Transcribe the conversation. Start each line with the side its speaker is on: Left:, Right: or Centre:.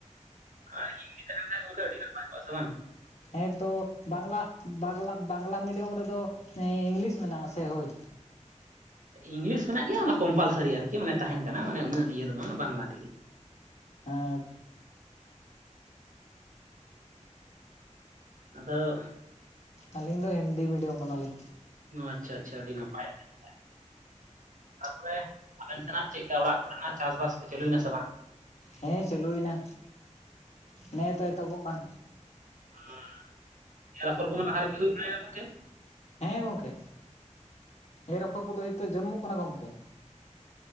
Right: ᱟᱨ ᱦᱤᱱᱫᱤ ᱛᱟᱦᱮᱱ ᱠᱷᱟᱡ ᱫᱚ ᱜᱚᱢᱠᱮ ᱟᱹᱰᱤ ᱱᱟᱯᱟᱭ ᱠᱚᱜᱼᱟ ᱥᱮ ᱵᱟᱝᱼᱼ
Left: ᱦᱮᱸ ᱛᱚ ᱵᱟᱝᱞᱟ ᱵᱟᱝᱞᱟ ᱵᱟᱝᱞᱟ ᱢᱤᱰᱤᱭᱟᱢ ᱨᱮ ᱫᱚ ᱤᱝᱞᱤᱥ ᱢᱮᱱᱟᱜᱼᱟ ᱥᱮ ᱦᱳᱭ
Right: ᱤᱝᱞᱤᱥ ᱢᱮᱱᱟᱜ ᱜᱮᱭᱟ ᱚᱱᱟ ᱠᱚᱢᱯᱟᱞᱥᱟᱨᱤ ᱟᱨᱠᱤ ᱢᱟᱱᱮ ᱛᱟᱦᱮᱱ ᱠᱟᱱᱟ ᱢᱟᱱᱮ ᱩᱱᱟᱹᱜ ᱤᱭᱟᱹ ᱫᱚ ᱵᱟᱝ ᱵᱟᱝᱞᱟ ᱛᱮ ᱜᱮᱼᱼ
Left: ᱦᱮᱸ
Right: ᱟᱫᱚᱼᱼ
Left: ᱟᱹᱞᱤᱧ ᱫᱚ ᱦᱤᱱᱫᱤ ᱢᱤᱰᱤᱭᱟᱢ ᱠᱟᱱᱟᱞᱤᱧ
Right: ᱚ ᱟᱪᱪᱷᱟ ᱟᱪᱪᱷᱟ ᱟᱹᱰᱤ ᱱᱟᱯᱟᱭ ᱱᱟᱯᱟᱭ ᱛᱟᱨᱯᱚᱨᱮ ᱟᱵᱮᱱ ᱥᱮᱱᱟᱜ ᱪᱮᱜ ᱠᱟ ᱚᱲᱟᱜ ᱠᱚ ᱨᱮᱱᱟᱜ ᱪᱟᱥ ᱵᱟᱥ ᱠᱚ ᱪᱟᱹᱞᱩᱭᱱᱟ ᱥᱮ ᱵᱟᱝᱼᱼ
Left: ᱦᱮᱸ ᱪᱟᱹᱞᱩᱭ ᱮᱱᱟ ᱱᱮᱛᱚ ᱮᱛᱚᱦᱚᱵᱚᱜ ᱠᱟᱱ
Right: <unintelligible> ᱮᱨ ᱯᱷᱚᱨ ᱠᱚᱢᱟ ᱞᱟᱦᱟ ᱨᱮ ᱜᱮ ᱦᱩᱭᱩᱜ ᱛᱟᱦᱮᱱᱟ ᱜᱚᱝᱠᱮ
Left: ᱦᱮᱸ ᱜᱚᱢᱠᱮ ᱮᱨ ᱟᱯᱷᱚᱨ ᱠᱚᱫᱚ ᱦᱚᱭ ᱛᱚ ᱡᱚᱱᱢᱚᱜ ᱠᱟᱱᱟ ᱜᱚᱢᱠᱮ